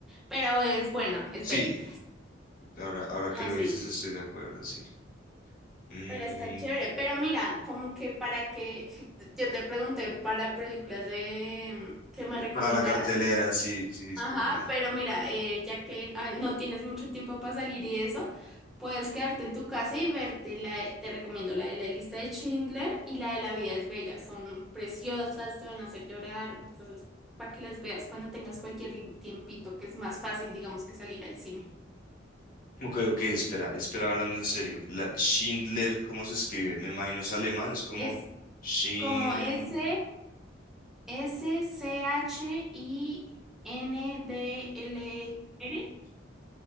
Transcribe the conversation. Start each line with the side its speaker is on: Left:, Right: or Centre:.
Centre: pero es buena, es
Left: Sí,
Centre: bélica.
Left: Ahora, ahora
Centre: No,
Left: que lo
Centre: sí,
Left: dices, estoy de acuerdo, sí. Mm,
Centre: pero está chévere. Pero mira, como que para que <laughs> yo te pregunté para películas de que me recomendaras.
Left: para la cartelera, sí, sí, discúlpame.
Centre: Ajá, pero mira, eh, ya que ah, no tienes mucho tiempo para salir y eso, puedes quedarte en tu casa y verte la, de- te recomiendo la de la lista de Schindler y la de La vida es bella, son preciosas, te van a hacer llorar, entonces para que las veas cuando tengas cualquier tiempito, que es más fácil, digamos, que salir al cine.
Left: Ok, ok, espera, espera, hablando en serio. La Schindler, ¿cómo se escribe? Me imagino es alemán, es como
Centre: Es
Left: Schind...
Centre: como S, S, C, H, I, N, D, L, E, R.